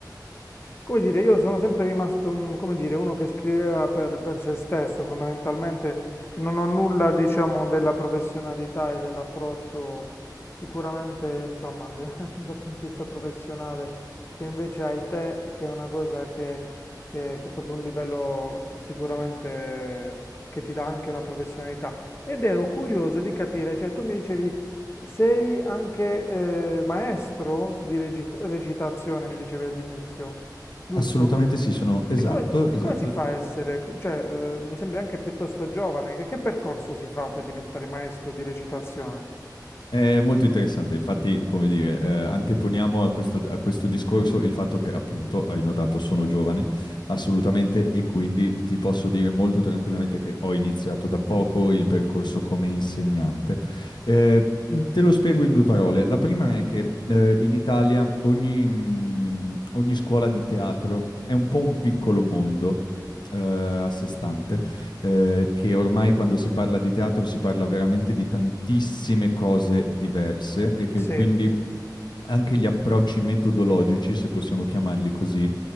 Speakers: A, on the left (about 35°); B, on the left (about 85°).
A: come dire, io sono sempre rimasto un- come dire, uno che scriveva per, per se stesso, fondamentalmente non ho nulla, diciamo, della professionalità e dell'approccio sicuramente, insomma, de- <laughs> dal punto di vista professionale che invece hai te, e che è una cosa che, che, che è proprio un livello sicuramente che ti dà anche una professionalità. Ed ero curioso di capire, cioè tu mi dicevi... Sei anche eh, maestro di recit- recitazione, mi dicevi all'inizio, giusto?
B: Assolutamente sì, sono esatto,
A: E come, e
B: esatto.
A: come si fa a essere, cioè, eh, mi sembri anche piuttosto giovane, che, che percorso si fa per diventare maestro di recitazione?
B: È molto interessante, infatti, come dire, eh, anteponiamo a questo, a questo discorso il fatto che, appunto, hai notato, sono giovane, assolutamente, e quindi ti posso dire molto tranquillamente che ho iniziato da poco il percorso come insegnante. Eh, te lo spiego in due parole. La prima è che eh, in Italia ogni, mm, ogni scuola di teatro è un po' un piccolo mondo eh, a sé stante. eh, che ormai quando si parla di teatro si parla veramente di tantissime cose diverse e che
A: Sì,
B: quindi anche gli approcci metodologici, se possiamo chiamarli così,